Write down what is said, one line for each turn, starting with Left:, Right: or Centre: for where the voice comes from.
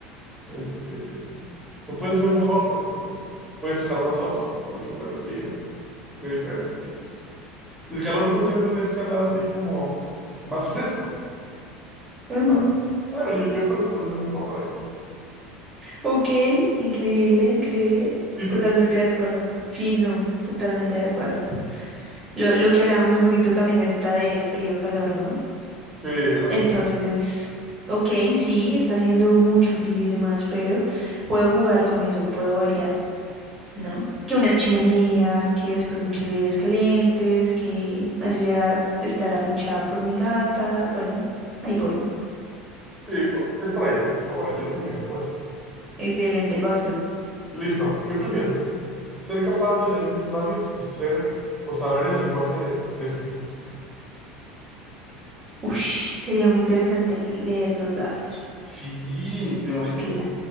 Centre: este, te puedes ver mejor porque pues puedes usar más outfits también con el frío, de diferentes tipos. Y el calor pues siempre tienes que andar así como más fresco,
Right: ujú.
Centre: ¿sabes? Bueno, yo, yo personalmente voy por ahí.
Right: Ok, increíble, increíble.
Centre: ¿Y tú?
Right: Totalmente de acuerdo. Sí, no, totalmente de acuerdo. Lo, lo que hablábamos un poquito también ahorita de frío, calor, ¿no?
Centre: Sí, es lo
Right: Entonces
Centre: mismo.
Right: es, ok, sí, está haciendo mucho frío y demás, pero puedo jugar con eso, puedo variar. ¿no? Que una chimenea, que después muchas bebidas calientes, que así sea estar arrunchada por mi gata. Bueno, ahí voy.
Centre: Sí, por- es por ahí, va por ahí, yo también, no lo voy a decir.
Right: Excelente, vas tú.
Centre: Listo. ¿Qué prefieres? ¿Ser capaz de leer los labios o ser o saber el lenguaje de, de signos?
Right: Ush, sería muy interesante leer los labios.
Centre: Sí, te imaginas.
Right: Claro,